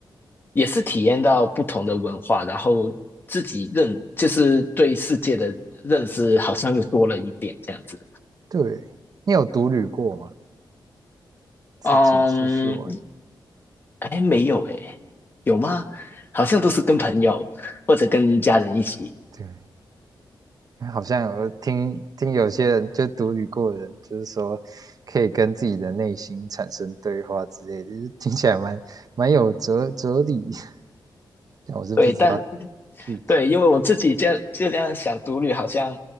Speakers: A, on the left; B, on the right.
A: 也是体验到不同的文化，然后自己认就是对世界的认识好像又多了一点这样子。
B: 对，你有独旅过吗？自己出去玩？
A: 嗯，哎，没有哎，有吗？好像都是跟朋友或者跟家人一起。
B: 对。好像我听听有些人就独旅过的人，就是说可以跟自己的内心产生对话之类的，就是听起来蛮蛮有哲哲理，<laughs> 但我是不知道
A: 对，但
B: 具体。
A: 对，因为我自己这样就这样想，独旅好像